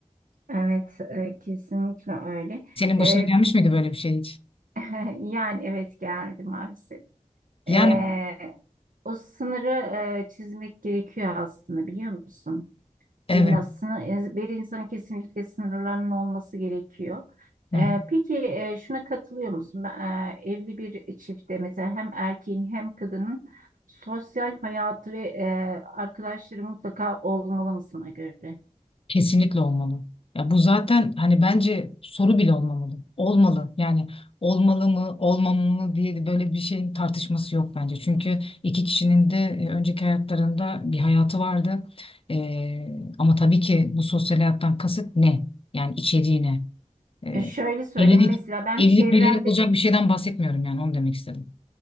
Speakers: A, on the right (about 85°); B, on the left (about 45°).
A: Evet, e, kesinlikle öyle.
B: Senin
A: E,
B: başına gelmiş miydi böyle bir şey hiç?
A: <laughs> Yani evet geldi maalesef.
B: Yani
A: Ee, o sınırı e, çizmek gerekiyor aslında biliyor musun?
B: evet.
A: Bir, nasıl, bir insanın kesinlikle sınırlarının olması gerekiyor.
B: Hı.
A: Ee, peki e, şuna katılıyor musun? Ben, e, evli bir çiftte mesela hem erkeğin hem kadının sosyal hayatı ve e, arkadaşları mutlaka olmalı mı sana göre?
B: Kesinlikle olmalı. Ya bu zaten hani bence soru bile olmamalı. Olmalı. Yani olmalı mı, olmamalı mı diye de böyle bir şeyin tartışması yok bence. Çünkü iki kişinin de e, önceki hayatlarında bir hayatı vardı. Ee, ama tabii ki bu sosyal hayattan kasıt ne? Yani içeriği ne? Ee,
A: E, şöyle söyleyeyim
B: evlilik,
A: mesela ben
B: evlilik
A: çevremde
B: belirli olacak bir şeyden bahsetmiyorum yani onu demek istedim.